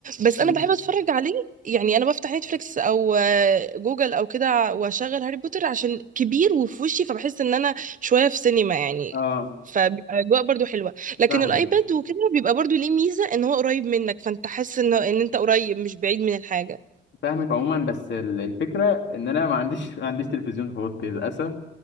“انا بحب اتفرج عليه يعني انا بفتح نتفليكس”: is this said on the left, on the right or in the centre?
Right